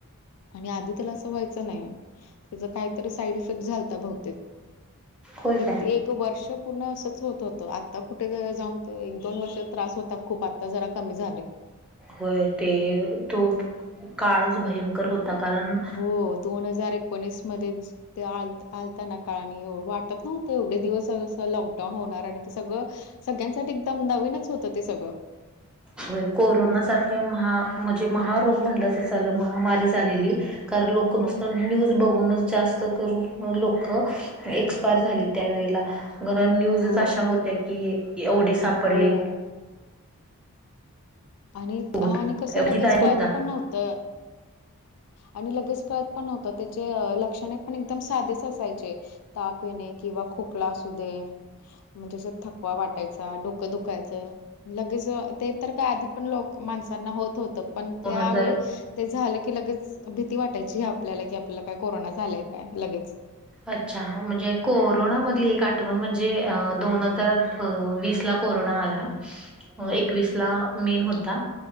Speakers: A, on the left (about 80°); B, in the centre.
A: आणि आधी त्याला असं व्हायचं नाही त्याच काहीतरी साईड बहूतेक
B: होय
A: किती
B: काय
A: एक वर्ष पूर्ण असच होत होत आता कुठे जाऊन ते एक दोन वर्ष त्रास होत आता खूप आता जरा कमी झाले
B: होय ते तो काळच भयंकर होता कारण
A: हो दोन हजार एकोणीस मध्ये ते आ आलताना का आणि वाटत नव्हतं एवढे दिवस लॉकडाऊन होणार आणि ते सगळं सगळ्यांसाठी एकदम नवीनच होत ते सगळं
B: हो कोरोना सारखे महा म्हणजे महारोग म्हणल तरी चालेल महामारी आलेली कारण लोक
A: हो
B: नुसत न्यूज बघूनच जास्त लोक एक्सपयर झाली त्यावेळेला बर न्यूजच
A: हो
B: अशा होत्या की एवढी सापडली
A: हो आणि
B: रोगदायक
A: आणि कसं लगेच कळत
B: होता
A: पण नव्हत आणि लगेच कळत पण नव्हतं त्याचे लक्षणे पण एकदम साधेच असायचे ताप येणे किंवा खोकला असू दे म्हणजे अस थकवा वाटायचा डोकं दुखायचं लगेच ते तर काय आधी आधी पण लोक माणसांना होत होत पण त्यावेळी
B: दोन हजार
A: ते झालं की लगेच भीती वाटायची ह आपल्याला की आपल्याला काय कोरोना झालंय काय लगेच
B: अच्छा म्हणजे कोरोना मधली एक आठवण म्हणजे दोन हजार वीस ला कोरोना आला
A: हो
B: एकवीसला मेन होता